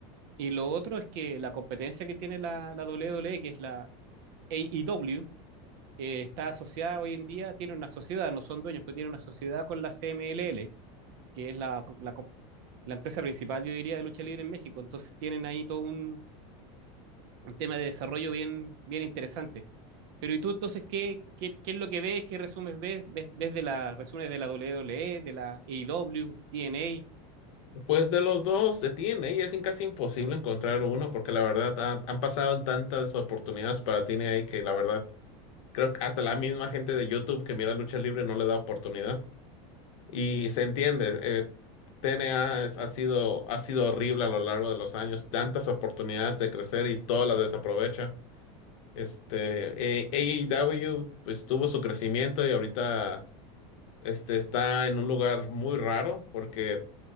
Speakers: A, on the right; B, on the left.
A: Y lo otro es que la competencia que tiene la, la WWE, que es la AEW, eh, está asociada hoy en día, tiene una sociedad, no son dueños, pero tiene una sociedad con la CMLL, que es la, la, co- la empresa principal, yo diría, de lucha libre en México. Entonces tienen ahí todo un, un tema de desarrollo bien, bien interesante. Pero ¿y tú entonces qué, qué, qué es lo que ves? ¿Qué resumes ves? ¿Ves, ves de la, resúmenes de la WWE, de la AEW, TNA?
B: Pues de los dos se tiene y es in- casi imposible encontrar uno porque la verdad ha- han pasado tantas oportunidades para TNA que la verdad creo que hasta la misma gente de YouTube que mira lucha libre no le da oportunidad. Y se entiende, eh, TNA es- ha sido, ha sido horrible a lo largo de los años, tantas oportunidades de crecer y todas las desaprovecha. Este, eh, AEW pues tuvo su crecimiento y ahorita este, está en un lugar muy raro porque